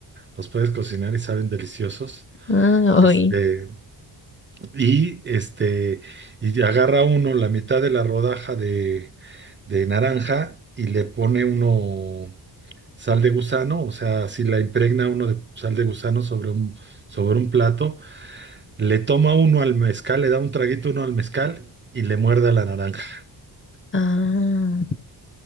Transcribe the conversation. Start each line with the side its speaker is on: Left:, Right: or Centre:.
Right: los puedes cocinar y saben deliciosos.
Left: ah,
Right: Este,
Left: uy,
Right: y este, y agarra uno la mitad de la rodaja de, de naranja y le pone uno sal de gusano, o sea, si la impregna uno de sal de gusano sobre un, sobre un plato, le toma uno al mezcal, le da un traguito uno al mezcal y le muerde a la naranja.
Left: ah,